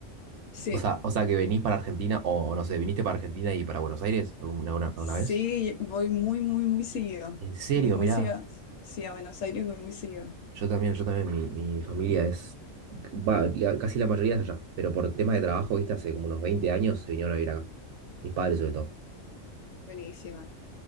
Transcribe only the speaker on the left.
Sí,
sí,
voy muy, muy, muy seguido.
Voy muy
seguido. Sí, a Buenos Aires voy muy seguido.
Buenísima.